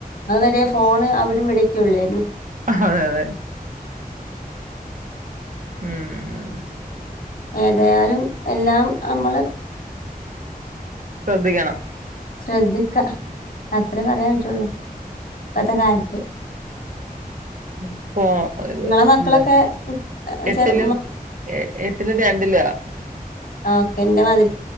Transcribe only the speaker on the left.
അത് വരെയും ഫോണ് അവിടെയും ഇവിടെയും ഒക്കെ ഉള്ളായിരുന്നു
ഏതായാലും എല്ലാം നമ്മള്
ശ്രദ്ധിക്ക അത്രയേ പറയാൻ പറ്റൂള്ളൂ ഇപ്പത്തെ കാലത്ത്
നിങ്ങളെ മക്കളൊക്കെ
ചെറു
ഓക്ക് എന്റെ മാതി